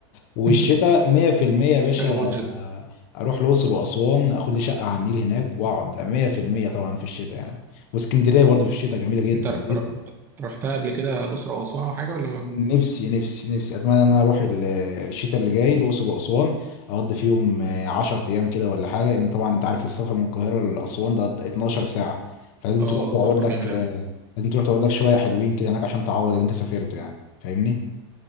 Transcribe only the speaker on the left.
والشتاء
100% يا باشا
اروح الاقصر واسوان اخد لي شقه على النيل هناك واقعد 100% طبعا في الشتاء يعني واسكندريه برضه في الشتاء جميله جدا
جدا
نفسي نفسي نفسي اتمنى ان انا اروح ال- آه، الشتاء اللي جاي الاقصر واسوان اقضي فيهم آه، 10 ايام كده ولا حاجه لان طبعا انت عارف السفر من القاهره لاسوان ده 12 ساعه فلازم
تروح تقعد
لك
آه،
لازم تروح تقعد لك شويه حلوين كده هناك عشان تعوض اللي انت سافرته يعني فاهمني